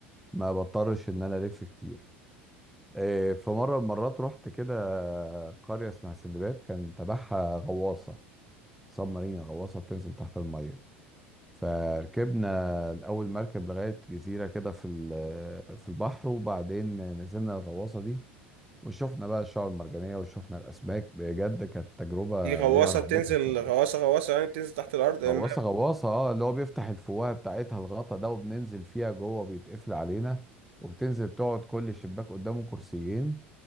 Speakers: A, in the centre; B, on the right.
A: ما بضطرش ان انا الف كتير إيه، في مرة من المرات رحت كده قرية اسمها سندباد كان تبعها غواصة سب مارينا غواصة بتنزل تحت المية فركبنا أول مركب لغاية جزيرة كده في ال- في البحر وبعدين نزلنا الغواصة دي وشفنا بقى الشعاب المرجانية وشفنا الأسماك بجد كانت تجربة
B: دي غواصة
A: ليها رهبتها
B: بتنزل
A: كده
B: غواصة غواصة يعني بتنزل تحت الأرض المية
A: غواصة غواصة اه اللي هو بيفتح الفوهة بتاعتها الغطا ده وبننزل فيها جوه بيتقفل علينا وبتنزل تقعد كل شباك قدامه كرسيين